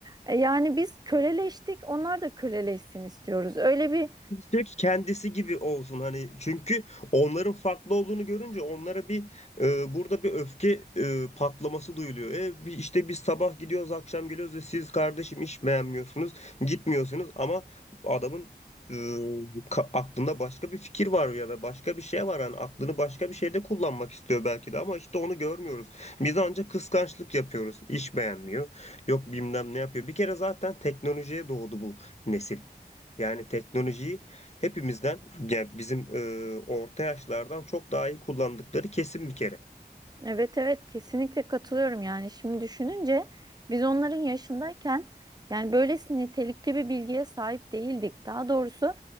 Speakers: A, on the right; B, on the left.
A: e, yani biz köleleştik, onlar da köleleşsin istiyoruz. Öyle bir
B: Türk kendisi gibi olsun hani çünkü onların farklı olduğunu görünce onlara bir e, burada bir öfke e, patlaması duyuluyor. E, bi- işte biz sabah gidiyoruz akşam geliyoruz ve siz kardeşim iş beğenmiyorsunuz gitmiyorsunuz ama adamın e, ka- aklında başka bir fikir var ya da başka bir şey var hani aklını başka bir şeyde kullanmak istiyor belki de ama işte onu görmüyoruz. Biz ancak kıskançlık yapıyoruz. İş beğenmiyor. Yok bilmem ne yapıyor. Bir kere zaten teknolojiye doğdu bu nesil. Yani teknolojiyi hepimizden, yani bizim e, orta yaşlardan çok daha iyi kullandıkları kesin bir kere.
A: Evet evet kesinlikle katılıyorum yani şimdi düşününce biz onların yaşındayken yani böylesi nitelikli bir bilgiye sahip değildik. Daha doğrusu